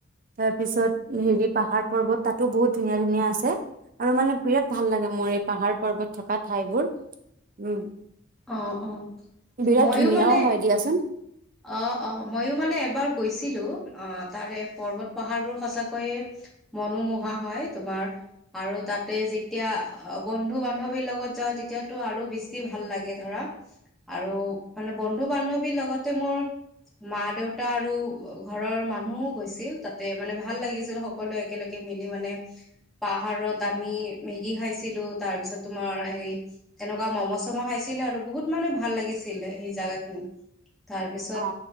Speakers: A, on the right; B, in the centre.
A: তাৰ পিছত হেৰি পাহাৰ পৰ্বত তাতো বহুত ধুনীয়া ধুনীয়া আছে আৰু মানে বিৰাট ভাল লাগে মোৰ এই পাহাৰ পৰ্বত থকা ঠাইবোৰ উম,
B: অ-অ',
A: বিৰাট
B: ময়ো
A: ধুনীয়াও
B: মানে
A: হয় দিয়াচোন
B: অ-অ', ময়ো মানে এবাৰ গৈছিলো অ তাৰে পৰ্বত পাহাৰবোৰ সঁচাকৈয়ে। মনোমোহা হয় তোমাৰ আৰু তাতে যেতিয়া বন্ধু বান্ধৱীৰ লগত। যা তেতিয়াতটো আৰু বেছি ভাল লাগে ধৰা আৰু মানে বন্ধু বান্ধৱীৰ লগত মোৰ মা দেউতা আৰু ঘৰৰ মানুহও গৈছিল তাতে মানে ভাল লাগিছিল সকলোৱে একেলগে মিলি মানে, পাহাৰত আমি মেগী খাইছিলো তাৰ পিছত তোমাৰ হে তেনেকুৱা ম'ম' চম' খাইছিলো। আৰু বহুত মানে ভাল লাগিছিলে সেই জোগা খিনি তাৰপিছত
A: অ